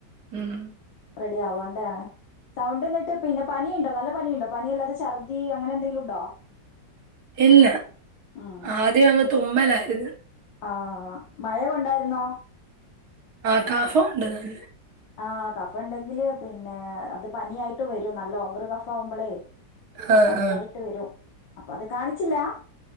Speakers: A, on the right; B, on the left.
A: ഉം.
B: റെഡി ആവണ്ടേ ആണ്. സൗണ്ട് ന്നട്ട് പിന്നെ പനിയിണ്ടോ നല്ല പനിയ്ണ്ടോ പനി അല്ലാതെ ഛർദി അങ്ങനെന്തെങ്കിലുണ്ടോ?
A: ഇല്ല
B: ഉം
A: ആദ്യം അങ്ങ് തുമ്മലായിര്ന്ന്.
B: ആഹ് മഴ കൊണ്ടായിര്ന്നോ?
A: ആഹ് കാഫോണ്ട് നല്ലേ.
B: ആഹ് കഫെണ്ടെങ്കില് പിന്നെ അത് പനിയായിട്ടും വരും നല്ല ഓവറ് കഫാവുമ്പളേ
A: ആ,
B: ആഹ് പനിയായിട്ട്
A: ആ.
B: വരും അപ്പൊ അത് കാണിച്ചില്ലാ?